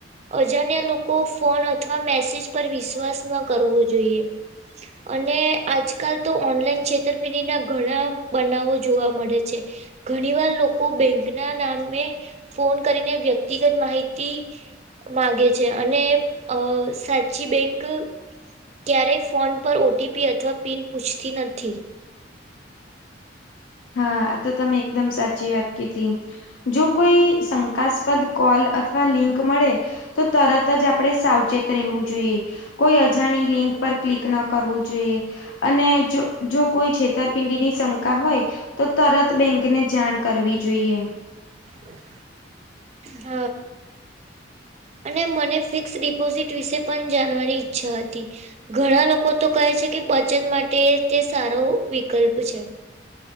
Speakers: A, on the right; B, on the left.
A: અજાણ્યા લોકો ફોન અથવા મેસેજ પર વિશ્વાસ ન કરવો જોઈએ અને આજકાલ તો ઓનલાઈન છેતરપિંડી ના ઘણા બનાવો જોવા મળે છે. ઘણી વાર લોકો બેંક ના નામે ફોન કરીને વ્યક્તિગત માહિતી માગે છે અને અ સાચ ચી બેંક ક્યારેય ફોન પર ઓ ટી પી અથવા પિન પૂછતી નથી
B: હા આ તો તમે એકદમ સાચી વાત કીધી જો કોઈ શંકાસ્પદ કોલ અથવા લિંક મળે તો તરત જ આપણે સાવચેત રહેવું જોઈએ કોઈ અજાણી લિંક પર ક્લિક ના કરવું જોઈએ અને જો જો કોઈ છેતરપિંડી ની શંકા હોય તો તરત બેંકને જાણ કરવી જોઈએ
A: હ હ. અને મને ફિક્સ ડિપોઝિટ વિશે પણ જાણવાની ઈચ્છા હતી ઘણા લોકો તો કહે છે કે બચત માટે તે સારો વિકલ્પ છે.